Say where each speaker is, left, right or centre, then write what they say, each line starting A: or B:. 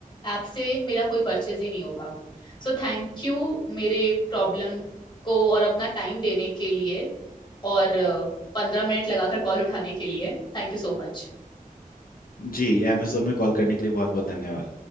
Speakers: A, on the left; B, on the left.
A: ऐप से मेरा कोई परचेज ही नहीं होगा सो थैंक यू मेरे प्रॉब्लम को और अपना टाइम देने के लिए और पंद्रह मिनट लगाकर कॉल उठाने के लिए Thank you so much
B: जी अमेजोन में कॉल करने के लिए बहुत बहुत धन्यवाद